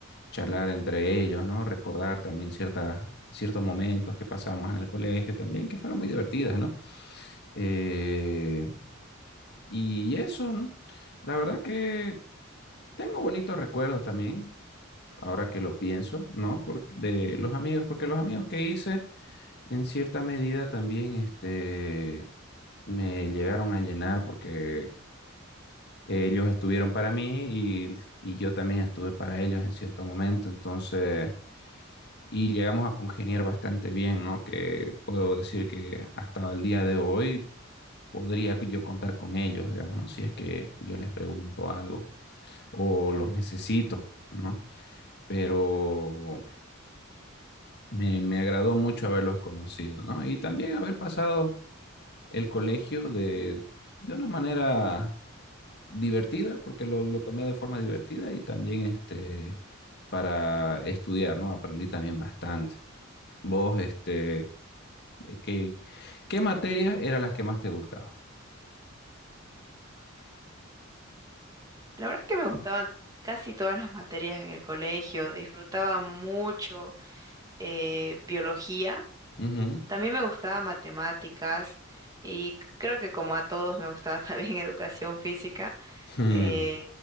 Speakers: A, on the left; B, on the right.
A: charlar entre ellos, ¿no? Recordar también ciertas, ciertos momentos que pasamos en el colegio también, que fueron muy divertidas, ¿no? Eh, y eso, ¿no? La verdad que tengo bonitos recuerdos también, ahora que lo pienso, ¿no? Por- de los amigos, porque los amigos que hice, en cierta medida también, este, me llegaron a llenar porque ellos estuvieron para mí y, y yo también estuve para ellos en cierto momento, entonces, y llegamos a congeniar bastante bien, ¿no? Que puedo decir que hasta el día de hoy podría yo contar con ellos, digamos, ¿no? Si es que yo les pregunto algo. o los necesito, ¿no? Pero me, me agradó mucho haberlos conocido, ¿no? Y también haber pasado el colegio de, de una manera divertida, porque lo, lo tomé de forma divertida y también este, para estudiar, ¿no? Aprendí también bastante. ¿Vos, este, Eh, ¿Qué, qué materias eran las que más te gustaban?
B: La verdad es que me gustaban casi todas las materias en el colegio, disfrutaba mucho eh, biología,
A: Ujú.
B: también me gustaba matemáticas y creo que como a todos me gustaba <laughs> también educación física.
A: <laughs> Hmm.
B: Eh,